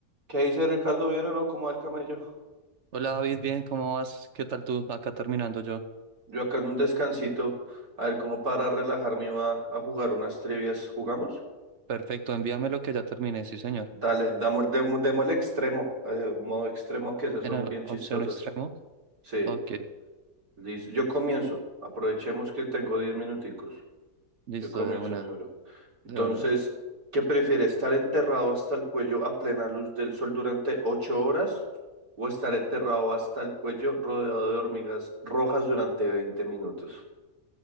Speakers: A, on the right (about 80°); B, on the right (about 60°).
A: ¿Qué dice Ricardo? ¿Bien o no? ¿Cómo va el camello?
B: Hola David, bien, ¿cómo vas? ¿Qué tal tú? Acá terminando yo.
A: Yo acá en un descansito, a ver cómo para relajarme iba a jugar unas trivias. ¿Jugamos?
B: Perfecto, envíame lo que ya terminé, sí señor.
A: Dale, damos, demo- démosle extremo, eh, modo extremo que esas
B: ¿En
A: son
B: la
A: bien chistosas.
B: opción extremo?
A: Sí,
B: Ok,
A: listo. Yo comienzo. Aprovechemos que tengo 10 minuticos.
B: listo,
A: Yo comienzo,
B: de una,
A: mi bro. Entonces,
B: de una, de una.
A: ¿qué prefiere? ¿Estar enterrado hasta el cuello a plena luz del sol durante 8 horas o estar enterrado hasta el cuello rodeado de hormigas rojas durante 20 minutos?